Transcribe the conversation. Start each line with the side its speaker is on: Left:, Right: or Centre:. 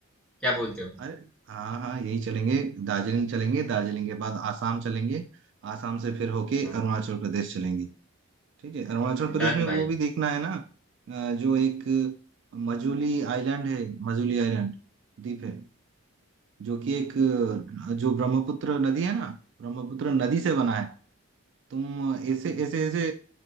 Centre: क्या बोलते हो
Right: अरे हाँ हाँ यही चलेंगे दार्जिलिंग चलेंगे दार्जिलिंग के बाद आसाम चलेंगे आसाम से फिर होके
Centre: हाँ
Right: अरुणाचल प्रदेश चलेंगे ठीक है अरुणाचल प्रदेश
Centre: डन
Right: में
Centre: भाई
Right: वो भी देखना है ना अ, जो एक मजूली आइलैंड है मजूली आइलैंड द्वीप है जो कि एक जो ब्रह्मपुत्र नदी है ना ब्रह्मपुत्र नदी से बना है तुम ऐसे ऐसे ऐसे